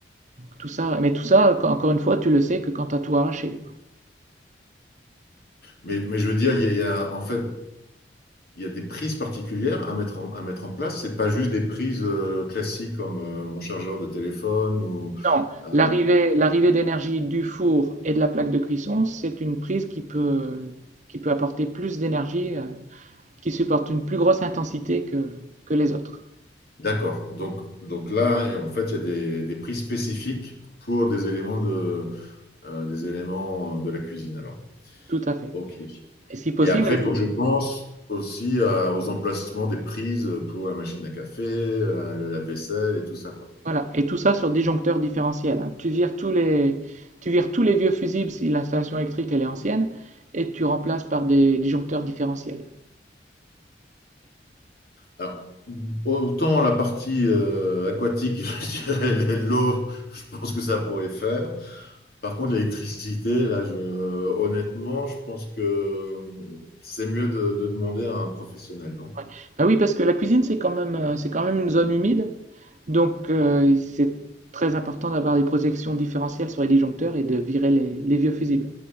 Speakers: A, on the right; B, on the left.
A: Tout ça, mais tout ça, encore une fois, tu le sais que quand tu as tout arraché.
B: Mais, mais je veux dire, il y a, il y a- en fait, il y a des prises particulières à mettre en, à mettre en place. C'est pas juste des prises euh, classiques comme euh, mon chargeur de téléphone ou.
A: Non,
B: euh,
A: l'arrivée, l'arrivée d'énergie du four et de la plaque de cuisson, c'est une prise qui peut, qui peut apporter plus d'énergie, euh, qui supporte une plus grosse intensité que, que les autres.
B: d'accord. Donc, donc là, et en fait, il y a des, des prises spécifiques pour des éléments de, euh, des éléments de la cuisine. Alors,
A: Tout à fait.
B: ok.
A: Et si possible,
B: Et après, il faut que je pense aussi à- aux emplacements des prises pour la machine à café, euh, le lave-vaisselle et tout ça, quoi.
A: Voilà, et tout ça sur disjoncteur différentiel. hein. Tu vires tous les, tu vires tous les vieux fusibles si l'installation électrique elle est ancienne et tu remplaces par des disjoncteurs différentiels.
B: Alors, autant la partie euh, aquatique, <laughs> je dirais l'eau, je pense que ça pourrait faire. Par contre, l'électricité, là, je, honnêtement, je pense que c'est mieux de, de demander à un professionnel, non?
A: Ouais. Bah oui, parce que la cuisine c'est quand même, euh, c'est quand même une zone humide, donc euh, c'est très important d'avoir des projections différentielles sur les disjoncteurs et de virer les, les vieux fusibles.